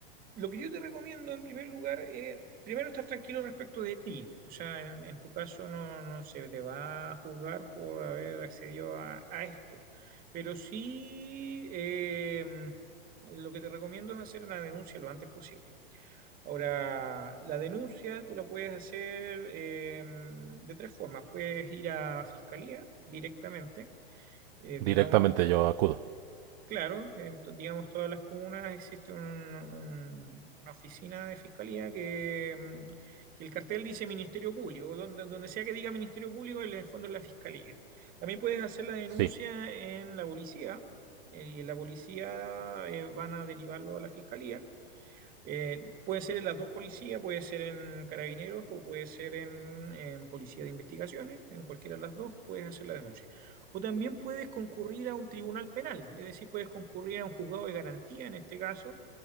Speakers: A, on the right; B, on the right.
A: lo que yo te recomiendo en primer lugar es, primero, estar tranquilo respecto de ti. O sea, en, en tu caso no, no se te va a juzgar por haber accedido a, a esto, pero sí... eh, Lo que te recomiendo es hacer una denuncia lo antes posible. Ahora, la denuncia tú la puedes hacer eh, de tres formas. Puedes ir a fiscalía directamente, eh, digamos,
B: Directamente yo acudo.
A: claro, en to- digamos, todas las comunas existe un- un- una oficina de fiscalía que, mm, que el cartel dice Ministerio Público, donde, donde sea que diga Ministerio Público, en el fondo es la fiscalía. También puedes hacer la denuncia
B: Sí.
A: en la policía, eh, y en la policía eh, van a derivarlo a la fiscalía. Eh, puede ser en las dos policías, puede ser en carabineros o puede ser en, en policía de investigaciones, en cualquiera de las dos puedes hacer la denuncia. O también puedes concurrir a un tribunal penal, es decir, puedes concurrir a un juzgado de garantía en este caso